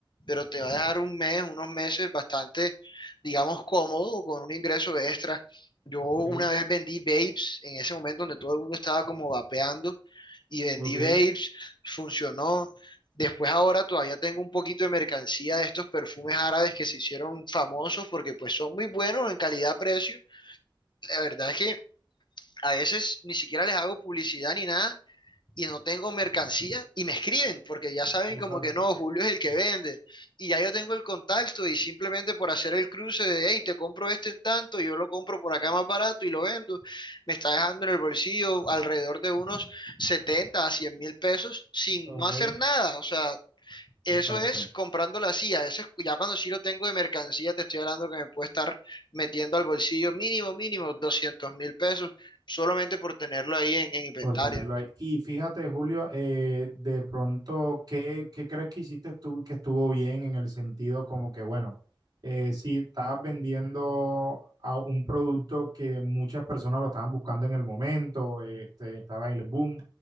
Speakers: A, on the left; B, on the right.
A: pero te va a dejar un mes, unos meses bastante, digamos, cómodo o con un ingreso extra. Yo una
B: Ok,
A: vez vendí vapes en ese momento donde todo el mundo estaba como vapeando y vendí
B: ok,
A: vapes, funcionó. Después ahora todavía tengo un poquito de mercancía de estos perfumes árabes que se hicieron famosos porque pues son muy buenos en calidad-precio. La verdad es que a veces ni siquiera les hago publicidad ni nada y no tengo mercancía y me escriben porque ya saben
B: exacto,
A: como que no, Julio es el que vende y ya yo tengo el contacto y simplemente por hacer el cruce de, hey, te compro este en tanto, yo lo compro por acá más barato y lo vendo, me está dejando en el bolsillo alrededor de unos 70 a 100 mil pesos sin
B: ok,
A: no hacer nada, o sea, eso
B: exacto.
A: es comprando la CIA, eso es cu- ya cuando sí lo tengo de mercancía, te estoy hablando que me puede estar metiendo al bolsillo mínimo, mínimo 200 mil pesos solamente por tenerlo ahí en, en inventario.
B: Por tenerlo ahí. Y fíjate, Julio, eh, de pronto, ¿qué, qué crees que hiciste tú que estuvo bien en el sentido como que, bueno, eh, si estabas vendiendo a un producto que muchas personas lo estaban buscando en el momento, este, estaba en el boom,